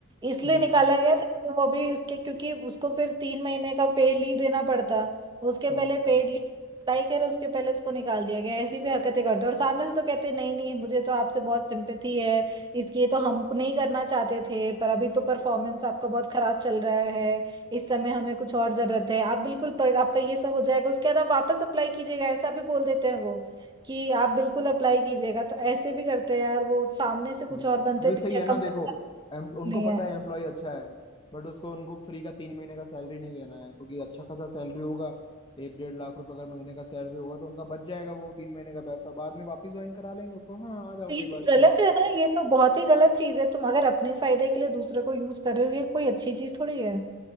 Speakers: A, on the right; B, on the left.
A: इसलिए
B: हम्म
A: निकाला गया ताकि वो भी उसके क्योंकि उसको फिर तीन महीने का पेड लीव देना पड़ता उसके
B: हम्म
A: पहले पेड लीव अप्लाई करे उसके पहले उसको निकाल दिया गया ऐसी भी हरकतें करते हैं। और सामने से तो कहते हैं, नहीं नहीं मुझे तो आपसे बहुत सिंपैथी है इसलिए तो हम नहीं करना चाहते थे पर अभी तो परफॉर्मेंस आपका बहुत खराब चल रहा है इस समय हमें कुछ और जरूरत है आप बिल्कुल पर, आपका ये सब हो जाएगा उसके बाद आप वापस अप्लाई कीजिएगा ऐसा भी बोल देते हैं वो कि आप बिल्कुल अप्लाई कीजिएगा तो ऐसे भी करते हैं यार वो सामने से कुछ
B: हम्म।
A: और बनते
B: क्योंकि
A: हैं,
B: सही
A: पीछे
B: है
A: कंपनी
B: ना देखो एम, उनको
A: नहीं
B: पता है एम्प्लॉय अच्छा है बट उसको उनको फ्री का तीन महीने का सैलरी नहीं देना है क्योंकि अच्छा खासा सैलरी होगा एक डेढ़ लाख रुपए अगर महीने का सैलरी होगा तो उनका बच जाएगा वो तीन महीने का पैसा बाद में वापस ज्वाइन करा लेंगे उसको हाँ आ जाओ
A: ये
B: कोई
A: तो
B: बात
A: गलत
B: नहीं
A: है ना ये तो बहुत ही गलत चीज है तुम अगर अपने फायदे के लिए दूसरे को यूज कर रहे हो ये कोई अच्छी चीज थोड़ी है